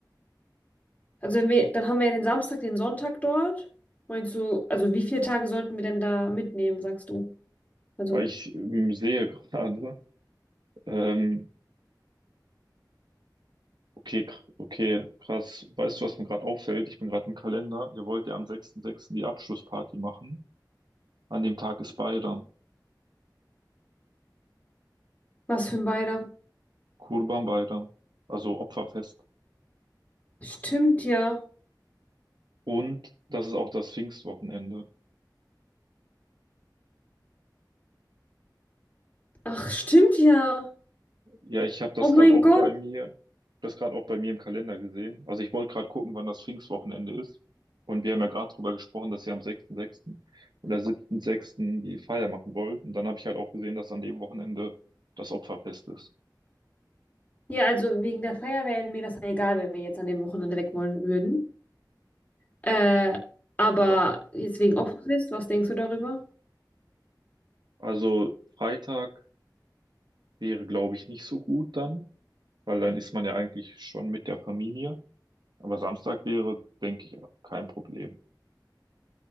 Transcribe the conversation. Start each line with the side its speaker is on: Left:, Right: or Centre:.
Left: also wenn wir, dann haben wir ja den Samstag, den Sonntag dort. Meinst du, also wie viele Tage sollten wir denn da mitnehmen, sagst du? Also,
Right: Weil ich ähm, sehe gerade, ähm, okay, kr- okay, krass. Weißt du, was mir gerade auffällt? Ich bin gerade im Kalender. Ihr wollt ja am 6.6. die Abschlussparty machen. An dem Tag ist Bayram.
Left: was für ein Beider?
Right: Kurban Bayram, also Opferfest.
Left: Stimmt ja.
Right: Und das ist auch das Pfingstwochenende.
Left: Ach, stimmt ja.
Right: Ja, ich habe das
Left: Oh mein
Right: gerade auch
Left: Gott.
Right: bei mir, das gerade auch bei mir im Kalender gesehen. Also ich wollte gerade gucken, wann das Pfingstwochenende ist. Und wir haben ja gerade drüber gesprochen, dass wir am 6.6. oder 7.6. die Feier machen wollt. Und dann habe ich halt auch gesehen, dass an dem Wochenende das Opferfest ist.
Left: Ja, also wegen der Feier wäre mir das egal, wenn wir jetzt an dem Wochenende weg wollen würden. Äh, aber
Right: Ach,
Left: jetzt wegen Opferfest, was denkst du darüber?
Right: also Freitag wäre, glaube ich, nicht so gut dann, weil dann ist man ja eigentlich schon mit der Familie. Aber Samstag wäre, denke ich, kein Problem.